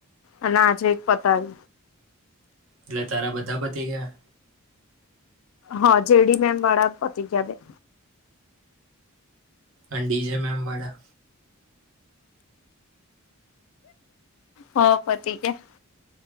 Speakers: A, on the left; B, on the right.
A: અને આજે એક પતાયું.
B: એટલે તારા બધા પતી ગયા.
A: હા જેડી મેમ વાળા પતી ગયા બે.
B: અન ડી જે મેમ વાડા
A: હો પતી ગયા.